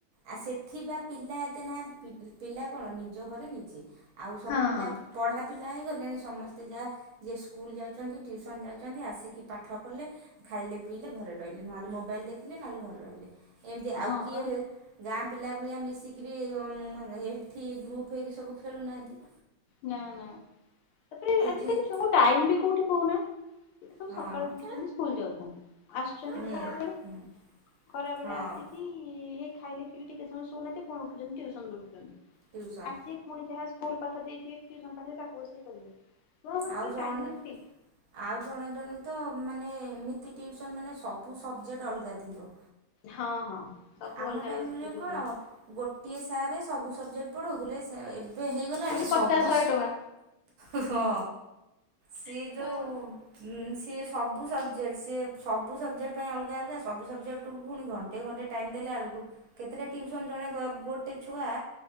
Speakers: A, on the right (about 75°); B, on the left (about 85°).
A: ଆ ସେଠି ବା ପିଲା ଏତେ ନାହାନ୍ତି ପିଲା କଣ ନିଜ ଘରେ ନିଜେ ଆଉ ସବୁ
B: ହଁ
A: ପିଲା ପଢା଼ ପିଲା ହେଇଗଲେଣି ସମସ୍ତେ ଯାହା ଯିଏ ସ୍କୁଲ ଯାଉଛନ୍ତି ଟିଉସନ୍ ଯାଉଚନ୍ତି ଆସିକି ପାଠ କଲେ। ଖାଇଲେ ପିଇଲେ ଘରେ ରହିଲେ। ନହେଲେ ମୋବାଇଲ ଦେଖିଲେ ନହେଲେ ଘରେ ରହିଲେ। ଏମିତି
B: ହଁ
A: ଆଉ କିଏ
B: ବା
A: ଗାଁ ପିଲା ଭଳିଆ ମିଶିକିରି <unintelligible> ଏଠି ଗ୍ରୁପ୍ ହେଇକି ସବୁ ଖେଳୁନାହାଁନ୍ତି।
B: ନା ନା ତାପରେ ଆଜିକାଲି
A: ଠିକ
B: ଛୁଆଙ୍କୁ ଟାଇମ ବି କୋଉଠି କହୁନା। ସବୁ
A: ହଁ
B: ସକାଳୁ ଉଠିଛନ୍ତି
A: ହଁ
B: ସ୍କୁଲ ଯାଉଛନ୍ତି ଆସୁଛନ୍ତି
A: ହୁଁ
B: ଖରା ବେଳେ
A: ହୁଁ
B: ଖରା ବେଳେ
A: ହଁ
B: ଆସିକି ହେ ଖାଇଲେ ପିଇଲେ ଟିକେ ସମୟ ଶୋଉନାହାନ୍ତି ପୁଣି ଉଠୁଛନ୍ତି ଟିଉସନ ଦଉଡ଼ଛନ୍ତି। ଆସକି
A: ଟ୍ୟୁସନ୍
B: ପୁଣି ଯାହା ସ୍କୁଲ ପାଠ ଦେଇଥିବେ ଟିଉସନ ପାଠ ତାକୁ ବସିିକି କରିବେ। ଛୁଆଙ୍କୁ ଆଜିକାଲି
A: ଆଉ ଜଣ
B: ଟାଇମ ଅଛି
A: ଆଉ ଜଣେ ଜଣେ ତ ମାନେ ଏମିତି ଟିଉସନ୍ ମାନେ ସବୁ ସବଜେକ୍ଟେ ଅଲଗା ଥିବ।
B: ହଁ ହଁ ସବୁ
A: ଆମ
B: ଅଲଗା
A: ଟାଇମରେ
B: ଅଲଗା ସବଜେକ୍ଟ ଟିଉସନ।
A: କଣ ଗୋଟିଏ ସାର ସବୁ ସବଜେକ୍ଟ ପଢ଼ାଉଥିଲେ ଏ ଏବେ ହେଇଗଲାଣି
B: ପୁଣି
A: ସବୁ
B: ପଚାଶ ଶହେ ଟଙ୍କା।
A: ହଁ ସିଏ
B: ହଁ
A: ଯୋଉଁ ସିଏ ସବୁ ସବଜେକ୍ଟେ ସିଏ ସବୁ ସବଜେକ୍ଟେ ପାଇଁ ଅଲଗା ଅଲଗା ସବୁ ସବଜେକ୍ଟେକୁ ପୁଣି କଣ? ଏତେ ଘଣ୍ଟା ଟାଇମ ଦେଲା ବେଳକୁ କେତେଟା ଟିଉସନ୍ ଜଣେ ଗ ଗୋଟେ ଛୁଆ